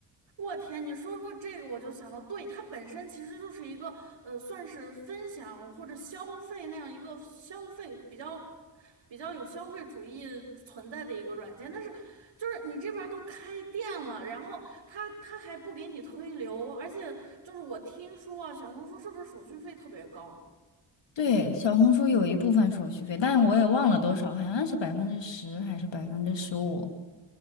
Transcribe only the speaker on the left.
对，小红书有一部分手续费，但我也忘了多少，好像是百分之十还是百分之十五。